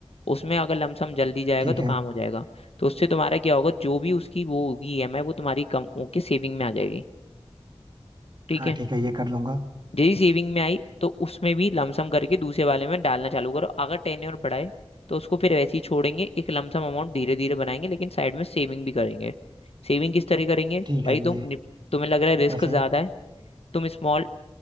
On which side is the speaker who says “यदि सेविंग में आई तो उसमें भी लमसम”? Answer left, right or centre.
Left